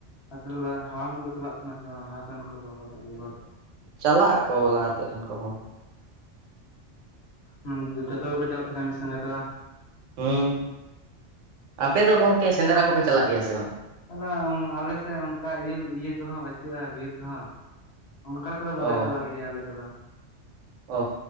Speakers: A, on the left (about 60°); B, on the right (about 80°).
A: ᱟᱫᱚ ᱛᱟᱦᱚᱞᱮ ᱦᱟᱲᱟᱢ ᱧᱚᱜ ᱠᱚᱠᱚ ᱪᱟᱞᱟᱜ ᱛᱟᱦᱮᱱᱟ ᱪᱮ ᱵᱟᱝ ᱞᱟᱦᱟᱛᱮᱱ ᱠᱚ ᱵᱟᱵᱟ ᱛᱟᱠᱚ ᱠᱚ᱾
B: ᱪᱟᱞᱟᱜ-ᱟ ᱠᱚ ᱞᱟᱦᱟᱛᱮᱱ ᱠᱚ ᱵᱟᱵᱟ
A: <inaudible> ᱦᱩᱸ, ᱡᱷᱚᱛᱚ ᱜᱮᱯᱮ ᱪᱟᱞᱟᱜ ᱛᱟᱦᱮᱱᱟ ᱢᱤᱫ ᱥᱚᱝᱜᱮ ᱛᱮ ᱵᱟᱝ?
B: ᱦᱩᱸ, ᱟᱯᱮ ᱫᱚ ᱜᱚᱝᱠᱮ ᱥᱮᱸᱫᱽᱨᱟ ᱠᱚᱯᱮ ᱪᱟᱞᱟᱜ ᱜᱮᱭᱟ ᱥᱮ ᱵᱟᱝ?
A: ᱛᱟᱦᱚᱞᱮ ᱟᱞᱮᱥᱮᱫ ᱚᱱᱠᱟ ᱤᱭᱟᱹ ᱤᱭᱟᱹ ᱠᱚᱦᱚᱸ ᱵᱟᱪᱩᱜᱼᱟ ᱵᱤᱨ ᱠᱚᱦᱚᱸ᱾ ᱚᱱᱠᱟ ᱞᱮᱠᱟ ᱫᱚ ᱵᱟᱞᱮ
B: ᱚ
A: ᱪᱟᱞᱟᱜ ᱜᱮᱭᱟ ᱟᱞᱮ ᱠᱚᱫᱚ᱾
B: ᱚ